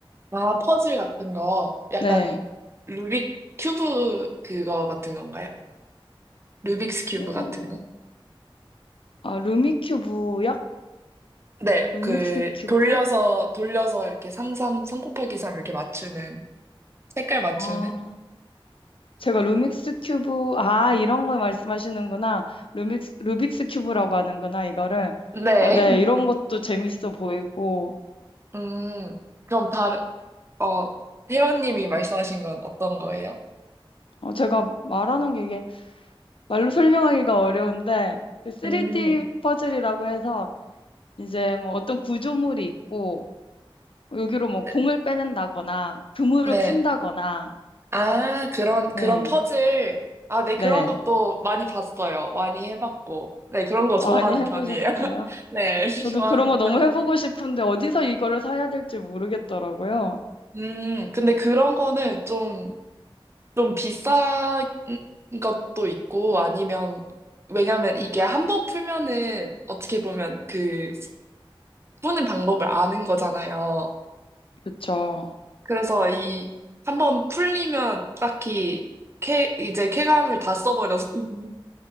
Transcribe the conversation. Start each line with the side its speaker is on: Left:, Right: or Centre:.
Right: 아 퍼즐 같은 거 약간
Left: 네.
Right: 루빅 큐브 그거 같은 건가요? 루빅스 큐브
Left: 오.
Right: 같은 거?
Left: 아, 루미큐브요?
Right: 네,
Left: 루믹스
Right: 그
Left: 큐브?
Right: 돌려서 돌려서 이렇게 삼삼 3 곱하기 3 이렇게 맞추는 색깔 맞추는
Left: 아. 제가 루믹스 큐브 아, 이런 걸 말씀하시는구나. 루믹스 루빅스 큐브라고 하는구나, 이거를.
Right: 네.
Left: 어, 네.
Right: <laughs>
Left: 이런 것도 재밌어 보이고.
Right: 음, 그럼 다른, 어, 회원님이 말씀하신 건 어떤 거예요?
Left: 어, 제가 말하는 게 이게 말로 설명하기가 어려운데 그 3D
Right: 음,
Left: 퍼즐이라고 해서 이제 뭐 어떤 구조물이 있고 여기로 뭐
Right: 네,
Left: 공을 빼낸다거나 그물을
Right: 네.
Left: 푼다거나
Right: 아, 그런,
Left: 네,
Right: 그런 퍼즐. 아, 네, 그런
Left: 네.
Right: 것도 많이 봤어요. 많이 해봤고. 네, 그런 거 좋아하는
Left: 아, 많이 해보셨어요?
Right: 편이에요. <laughs> 네, <laughs>
Left: 저도
Right: 좋아하는
Left: 그런 거 너무
Right: 편이에요.
Left: 해보고 싶은데 어디서 이거를 사야 될지 모르겠더라고요.
Right: 음, 근데 그런 거는 좀, 좀 비싼 것도 있고, 아니면, 왜냐면 이게 한 번 풀면은 어떻게 보면 그, 푸는 방법을 아는 거잖아요.
Left: 그쵸.
Right: 그래서 이, 한번 풀리면 딱히 쾌, 이제 쾌감을 다 써버려서 <laughs>